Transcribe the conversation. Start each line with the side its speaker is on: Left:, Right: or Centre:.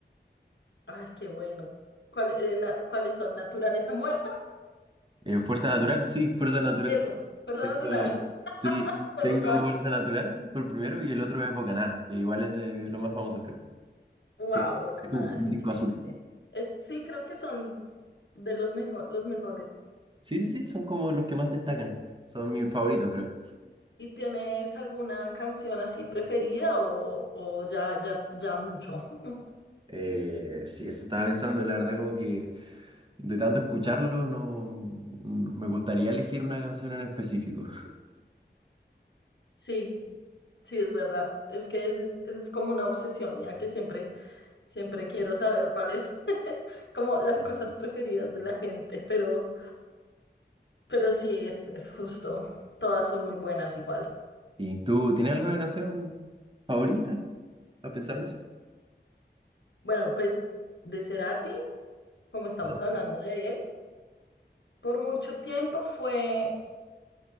Left: Ay, qué bueno. ¿Cuál- eh, na- ¿cuáles son? ¿Naturaleza muerta?
Right: Eh, Fuerza Natural, sí, Fuerza Natural.
Left: Eso, perdón,
Right: Tengo,
Left: natural, <laughs>
Right: sí,
Left: perdón.
Right: tengo Fuerza Natural por el primero y el otro es Bocaná, que igual es de los más famosos, creo.
Left: Wow,
Right: Que
Left: Bocanada
Right: que tuvo un
Left: es increíble.
Right: disco azul.
Left: Eh, sí, creo que son de los mejor, los mejores.
Right: Sí, sí, sí, son como los que más destacan. Son mis favoritos, creo.
Left: ¿Y tienes alguna canción así preferida o, o ya, ya, ya mucho? <laughs>
Right: Eh, sí, eso estaba pensando, la verdad, como que de tanto escucharlo, no, no- me gustaría elegir una canción en específico.
Left: Sí, sí, es verdad. Es que ese es, ese es como una obsesión mía que siempre, siempre quiero saber cuál es <laughs> como las
Right: Bien.
Left: cosas preferidas de la gente, pero Pero sí, es, es justo. Todas son muy buenas igual.
Right: ¿Y tú tienes alguna canción favorita? ¿Has pensado en eso?
Left: Bueno, pues de Cerati, como estamos
Right: ¿No?
Left: hablando de él, por mucho tiempo fue